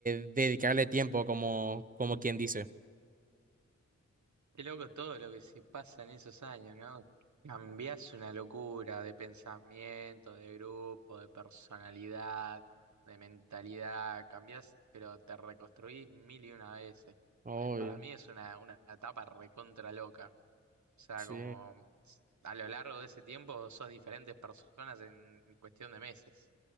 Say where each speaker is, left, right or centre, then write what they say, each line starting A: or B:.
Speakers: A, on the right (about 30°); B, on the right (about 75°).
A: de- dedicarle tiempo, como, como quien dice.
B: Qué loco todo lo que se pasa en esos años, ¿no? Cambiás una locura de pensamiento, de grupo, de personalidad, de mentalidad. Cambiás, pero te reconstruís mil y una veces.
A: Obvio,
B: Eh, Para mí es una, una etapa recontra loca. O sea,
A: sí.
B: como s- a lo largo de ese tiempo sos diferentes personas en cuestión de meses.